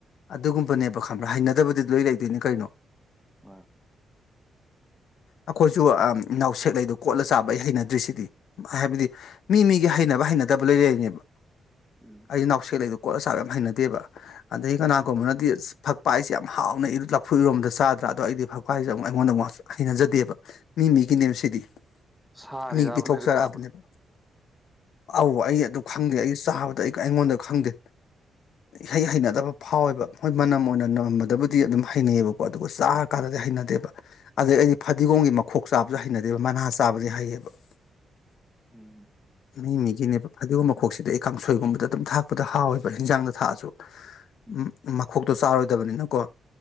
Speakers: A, on the left; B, in the centre.
A: ꯑꯗꯨꯒꯨꯝꯕꯅꯦꯕ ꯈꯪꯕ꯭ꯔꯥ ꯍꯩꯅꯗꯕꯗꯤ ꯂꯣꯏ ꯂꯩꯗꯣꯏꯅꯤ ꯀꯩꯅꯣ
B: ꯋꯥ
A: ꯑꯩꯈꯣꯏꯁꯨ ꯅꯥꯎꯁꯦꯛ ꯂꯩꯗꯣ ꯀꯣꯠꯂ ꯆꯥꯕ ꯑꯩ ꯍꯩꯅ ꯗ꯭ꯔꯤꯁꯤꯗꯤ ꯍꯥꯏꯕꯗꯤ ꯃꯤ ꯃꯤꯒꯤ ꯍꯩꯅꯕ ꯍꯩꯅꯗꯕ ꯂꯣꯢ ꯂꯩꯅꯦꯕ
B: ꯎꯝ
A: ꯑꯩ ꯅꯥꯎꯁꯦꯛ ꯂꯩꯗꯣ ꯀꯣꯠꯂꯆꯥꯕ ꯌꯥꯝ ꯍꯩꯅꯗꯦꯕ ꯑꯗꯩ ꯀꯅꯥꯒꯨꯝꯕꯅꯗꯤ ꯑꯁ ꯐꯛꯄ ꯍꯥꯏꯁꯦ ꯌꯥꯝ ꯍꯥꯎꯅ ꯂꯐꯨ ꯏꯔꯣꯝꯗ ꯆꯥꯗ꯭ꯔꯦ ꯑꯗꯣ ꯑꯩꯗꯤ ꯐꯀꯋꯥꯁꯦ ꯑꯃꯨ ꯑꯩꯉꯣꯟꯗ ꯍꯩꯅꯖꯗꯦꯕ ꯃꯤ ꯃꯤꯒꯤꯅꯦ ꯁꯤꯗꯤ <inaudible>
B: ꯁꯥꯔꯤꯔꯕ
A: ꯃꯤ ꯄꯤꯊꯣꯛꯆꯔꯑꯕꯅꯦꯕ
B: ꯅꯣꯏꯗ ꯆꯥꯕꯗ
A: ꯑꯧ ꯑꯩ ꯑꯗꯨ ꯈꯪꯗꯦ ꯑꯩ ꯆꯥꯕꯗ ꯑꯩ ꯀ꯭ꯌꯥꯝ ꯑꯩꯉꯣꯟꯗ ꯈꯪꯗꯦ ꯍꯩ ꯍꯩꯅꯗꯕ ꯐꯥꯎꯋꯦꯕ ꯍꯣꯏ ꯃꯅꯝ ꯑꯣꯏꯅ ꯅꯝꯃꯗꯕꯨꯗꯤ ꯑꯗꯨꯝ ꯍꯩꯅꯩꯌꯦꯕꯀꯣ ꯑꯗꯨꯕꯨ ꯆꯥꯔ ꯀꯥꯟꯗꯗꯤ ꯍꯩꯅꯗꯦꯕ ꯑꯗꯩ ꯑꯩꯗꯤ ꯐꯗꯤꯒꯣꯝꯒꯤ ꯃꯈꯣꯛ ꯆꯥꯕꯁꯨ ꯍꯩꯅꯗꯦꯕ ꯃꯅꯥ ꯆꯥꯕꯗꯤ ꯍꯩꯌꯦꯕ <inaudible> ꯃꯤ
B: ꯎꯝ
A: ꯃꯤꯒꯤꯅꯦꯕ ꯐꯗꯤꯒꯨꯝꯕ ꯃꯈꯣꯛꯁꯤꯗ ꯑꯩ ꯀꯥꯡꯁꯣꯏꯒꯨꯝꯕꯗ ꯑꯗꯨꯝ ꯊꯥꯛꯄꯗ ꯍꯥꯎꯌꯦꯕ ꯍꯤꯟꯖꯥꯡꯗ ꯊꯥꯛꯑꯁꯨ ꯑꯨꯝ
B: ꯎꯝ
A: ꯃꯈꯣꯛꯇꯣ ꯆꯥꯔꯣꯏꯗꯕꯅꯤꯅꯀꯣ